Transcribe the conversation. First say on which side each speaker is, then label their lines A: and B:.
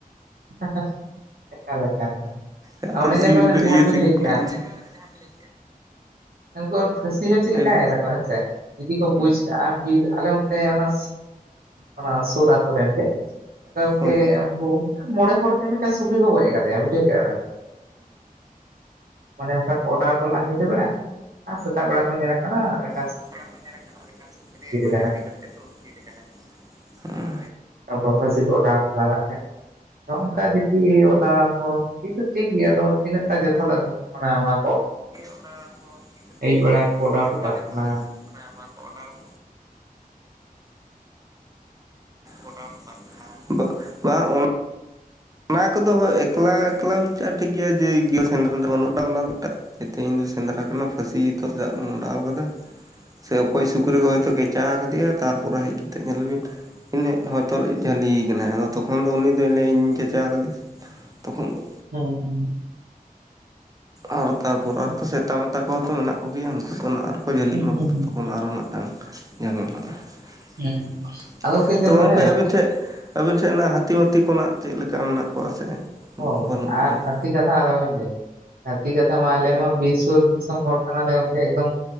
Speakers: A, on the right; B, on the right.
A: ᱦᱮ ᱦᱮ ᱮᱠᱟᱞ-ᱮᱠᱟᱞ
B: ᱟᱫᱚ
A: ᱚᱱᱮ
B: ᱵᱮᱥᱤ ᱩᱰᱟᱹᱜ
A: ᱡᱮ
B: ᱤᱭᱟᱹ
A: ᱡᱟᱦᱟᱸ ᱵᱮᱱ
B: ᱥᱟᱺᱜᱤᱧ
A: ᱞᱟᱹᱭ
B: ᱨᱮᱱᱟᱜ
A: ᱠᱮᱜᱼᱟ
B: ᱦᱮᱸ ᱦᱮᱸ ᱞᱟᱹᱭ ᱵᱤᱱ
A: ᱾ ᱩᱱᱠᱩ ᱯᱷᱟᱥᱤ ᱦᱚᱸ ᱪᱮᱫ
B: ᱦᱮᱸ
A: ᱞᱮᱠᱟᱭ ᱫᱟ? ᱵᱟᱲᱟᱭᱟᱢ ᱥᱮ ᱡᱩᱫᱤ ᱠᱚ ᱵᱩᱡᱽ ᱠᱟᱜᱼᱟ ᱟᱨ ᱵᱤᱨ ᱟᱞᱮ ᱚᱱᱛᱮ ᱚᱱᱟ ᱚᱱᱟ ᱥᱩᱨ ᱟᱹᱛᱩ ᱥᱩᱨᱮᱱ ᱜᱮ ᱜᱚᱝᱠᱮ
B: ᱦᱳᱭ
A: ᱚᱱᱛᱮ ᱩᱱᱠᱩ ᱢᱚᱬᱮᱸ ᱦᱚᱲ ᱛᱮ ᱢᱤᱫᱴᱟᱝ ᱥᱩᱠᱨᱤ ᱠᱚ ᱜᱚᱡ ᱟᱠᱟᱫᱮᱟ ᱵᱩᱡᱷᱟᱹᱣ ᱠᱮᱜ-ᱟ ᱵᱮᱱ ᱾ ᱢᱟᱱᱮ ᱚᱱᱠᱟ ᱠᱚ ᱚᱰᱟᱣ ᱚᱴᱚ ᱞᱮᱫ-ᱟ ᱧᱤᱫᱟᱹ ᱵᱮᱲᱟ ᱟᱨ ᱥᱮᱛᱟᱜ ᱵᱮᱲᱟ ᱠᱚ ᱧᱮᱞᱮ ᱠᱟᱱᱟ ᱾
B: ᱥᱮᱛᱟᱜ ᱵᱮᱲᱟ ᱠᱚ ᱧᱮᱞᱮ ᱠᱟᱱᱟ ᱢᱤᱫᱴᱟᱝ ᱥᱩᱠᱨᱤ ᱱᱚᱰᱮ
A: ᱠᱟᱱᱟᱭ
B: ᱦᱮᱡ ᱠᱟᱛᱮ ᱫᱩᱲᱩᱵ ᱛᱷᱤᱨ ᱟᱠᱟᱱᱟ ᱾ ᱦᱩᱨᱻ
A: ᱟᱠᱚ ᱯᱷᱟᱥᱤ ᱠᱚ ᱚᱰᱟᱣ ᱚᱴᱚᱠᱟᱜ-ᱟ ᱥᱮ ᱦᱚᱸᱜᱼᱚ ᱚᱝᱠᱟ ᱡᱩᱫᱤ ᱚᱰᱟᱣ ᱠᱚ ᱴᱷᱤᱠ ᱫᱚ ᱴᱷᱤᱠ ᱜᱮᱭᱟ ᱟᱫᱚ ᱛᱤᱱᱟᱹᱜ ᱡᱚᱛᱷᱟᱛᱟ ᱜᱚᱝᱠᱮ ᱚᱱᱟ ᱢᱟ?
B: ᱚᱱᱟ ᱫᱚ ᱴᱷᱤᱠ ᱫᱚ ᱴᱷᱟᱠ
A: ᱵᱮᱲᱟ
B: ᱜᱮᱭᱟ ᱟᱫᱚ
A: ᱠᱚ ᱚᱰᱟᱣ
B: ᱛᱤᱱᱟᱹᱜ
A: ᱦᱚᱴᱚ ᱠᱟᱜ
B: ᱡᱚᱛᱚᱟᱜ-ᱟ
A: ᱠᱟᱱᱟ
B: ᱚᱱᱟ ᱢᱟ ᱠᱚ ᱚᱰᱟᱣ ᱾ ᱚᱰᱟᱣ ᱚᱴᱚᱠᱟᱜ ᱠᱷᱟᱡ ᱵᱟᱜ ᱵᱟ ᱚᱱᱟ ᱚᱱᱟ ᱠᱚᱫᱚ ᱦᱚᱭ ᱮᱠᱞᱟ ᱮᱠᱞᱟ ᱢᱟᱪᱷᱟ ᱴᱷᱤᱠ ᱫᱚ ᱴᱷᱤᱠ ᱜᱮᱭᱟ ᱡᱮ ᱜᱤᱞᱟᱹᱥ ᱥᱮᱱᱫᱨᱚᱱ ᱮᱫᱟ ᱚᱱᱟ ᱫᱚ ᱾ ᱛᱮᱦᱮᱧ ᱫᱚ ᱥᱮᱸᱫᱽᱨᱟ ᱠᱟᱱᱟ ᱯᱟᱹᱥᱤ ᱛᱚ ᱫᱟᱜ ᱤᱧ ᱚᱰᱟᱣ ᱟᱠᱟᱫᱟ ᱥᱮ ᱚᱠᱚᱭ ᱥᱩᱠᱨᱤ ᱜᱚᱡ ᱠᱷᱚᱪᱟ ᱠᱮᱫᱮᱭᱟ ᱛᱟᱨᱯᱚᱨᱮ ᱦᱮᱡ ᱠᱟᱛᱮ ᱧᱮᱞᱵᱤᱱ ᱤᱱᱟᱹᱜ ᱦᱚᱭᱛᱚ ᱡᱷᱟᱹᱞᱤᱭ ᱠᱟᱱᱟᱭ ᱟᱫᱚ ᱛᱚᱠᱷᱚᱱ ᱫᱚ ᱩᱱᱤ ᱫᱚᱭ ᱤᱧ ᱠᱷᱮᱪᱟ ᱟᱠᱟᱫᱮᱭᱟ ᱛᱚᱠᱷᱚᱱ ᱫᱚ
A: ᱦᱩᱸ ᱦᱩᱸ ᱾
B: ᱟᱨ ᱛᱟᱨᱯᱚᱨ
A: ᱠᱟᱱᱟ
B: ᱟᱨᱚ ᱥᱮᱛᱟ ᱢᱮᱛᱟ ᱠᱚ ᱛᱚ ᱢᱮᱱᱟᱜ ᱠᱚᱜᱮᱭᱟ, ᱩᱱᱠᱩ ᱫᱚ ᱱᱟᱜ ᱟᱨᱠᱚ ᱡᱷᱟᱹᱞᱤᱜ
A: ᱦᱩᱸ
B: ᱢᱟᱠᱚ
A: ᱦᱩᱸ
B: ᱛᱚ
A: ᱦᱩᱸ
B: ᱛᱚᱠᱷᱚᱱ ᱟᱨᱦᱚᱸ ᱱᱟᱜ ᱠᱷᱟᱱ ᱧᱮᱞ ᱢᱮ ᱦᱟᱸᱜ
A: ᱦᱩᱸ
B: ᱾
A: ᱟᱫᱚ ᱧᱮᱞ
B: ᱛᱚ ᱜᱚᱝᱠᱮ
A: ᱢᱮ
B: ᱟᱵᱤᱱ ᱴᱷᱮᱡ ᱟᱹᱵᱤᱱ ᱴᱷᱮᱡ ᱚᱱᱟ ᱦᱟᱹᱛᱤ ᱢᱟᱹᱛᱤ ᱠᱚᱱᱟᱜ ᱪᱮᱫ ᱞᱮᱠᱟ ᱢᱮᱱᱟᱜ ᱠᱚᱣᱟ ᱥᱮ?
A: ᱚ,
B: ᱵᱟᱹᱱᱩᱜ ᱠᱚᱜᱮᱭᱟ
A: ᱟᱨ ᱦᱟᱯ ᱦᱟᱹᱛᱤ ᱠᱟᱛᱷᱟ ᱟᱞᱮᱚᱵᱮᱱ ᱞᱟᱹᱭᱟ, ᱦᱟᱹᱛᱤ ᱠᱟᱛᱷᱟ ᱢᱟ ᱟᱞᱮ ᱢᱟ ᱵᱤᱨ ᱥᱩᱨ ᱫᱤᱥᱚᱢ ᱦᱚᱲ ᱠᱟᱱᱟᱞᱮ ᱜᱚᱝᱠᱮ ᱮᱠᱫᱚᱢ